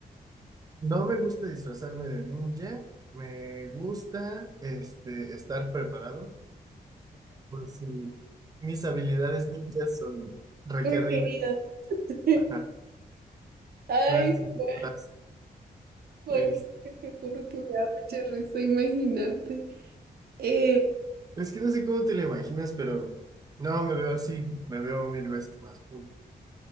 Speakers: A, on the right; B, on the right.
A: no me gusta disfrazarme de ninja, me gusta, este, estar preparado. por si mis habilidades ninjas son requeridas.
B: Por querida. <laughs>
A: Ajá,
B: Ay,
A: no es un disfraz.
B: Juan, Juan,
A: Es,
B: que te juro que me da mucha risa imaginarte. Eh,
A: es que no sé cómo te lo imaginas, pero no, me veo así, me veo mil veces más cool.